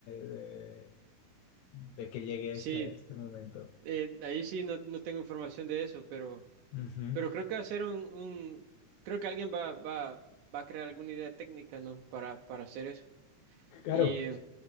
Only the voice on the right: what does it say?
Sí,
eh, ahí sí no, no tengo información de eso, pero,
pero creo que va a ser un, un- creo que alguien va, va, va a crear alguna idea técnica, ¿no? Para, para hacer eso.
Y